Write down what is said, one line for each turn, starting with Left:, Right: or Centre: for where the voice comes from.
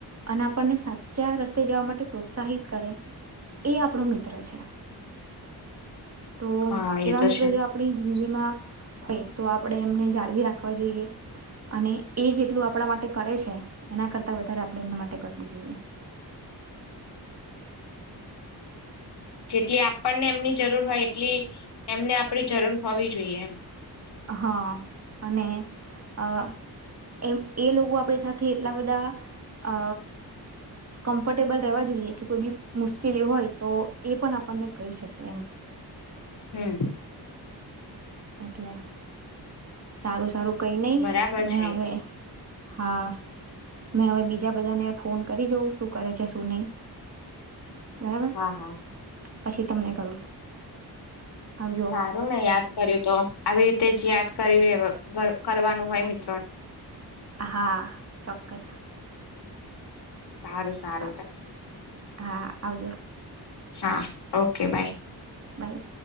Right: અને આપણને સાચા રસ્તે જવા માટે પ્રોત્સાહિત કરે એ આપણો મિત્ર છે તો
Left: હા
Right: એવા
Left: એ તો
Right: મિત્રો
Left: છે
Right: જો આપણી જિંદગીમાં હોય તો આપણે એમને જાળવી રાખવા જોઈએ અને એ જેટલું આપણા માટે કરે છે એના કરતા વધારે આપણે એમના માટે કરવું જોઈએ
Left: જેટલી આપણને એમની જરૂર હોય એટલી એમને આપડી જરૂર હોવી જોઈએ એમ
Right: હા અને આ એમ એ લોકો આપણી સાથે એટલા બધા અ કમ્ફર્ટેબલ રહેવા જોઈએ કે કોઈ બી મુશ્કેલી હોય તો એ પણ આપણને કહી શકી એમ
Left: હમ
Right: એટલે સારું સારું કઈ નહી
Left: બરાબર
Right: મે
Left: છે
Right: હવે
Left: એ તો
Right: હા મેં હવે બીજા બધાને ફોન કરી જોઉ શું કરે છે શું નહી બરાબર
Left: હા હા
Right: પછી તમને કરું આવજો
Left: સારું ને યાદ કર્યું તો આવી રીતે જ યાદ કર કરી <unintelligible> કરવાનું હોય મિ
Right: હા ચોક્કસ
Left: સારું સારું
Right: આવ-
Left: તાર
Right: હા આવજો
Left: હા ઓકે બાય
Right: બાઈ